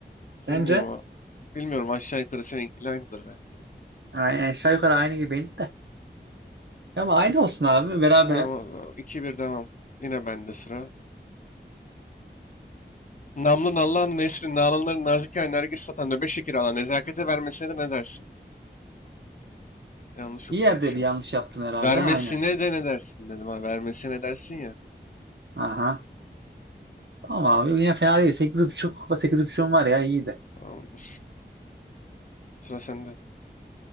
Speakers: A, on the right (about 80°); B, on the left (about 45°).
A: Sence?
B: Bilmiyorum abi. Bilmiyorum aşağı yukarı seninkiyle aynıdır herhalde.
A: Aynen aşağı yukarı aynı gibiydi de. Ama aynı olsun abi berabere.
B: Tamam o zaman. 2-1 devam. Yine bende sıra. Namlın Allah'ın Nesrin, Nalanların Nazike Nergis satan nöbet şekeri alan nezakete vermesine de ne dersin? Yanlış
A: Bir
B: okudum
A: yerde
B: şimdi.
A: bir yanlış yaptın herhalde
B: Vermesine
A: aynen.
B: de ne dersin dedim ha. Vermesine ne dersin ya.
A: Aha. Tamam abi yine fena değil. 8.5 ve 8.5'um var ya iyiydi.
B: Tamamdır. Sıra sende.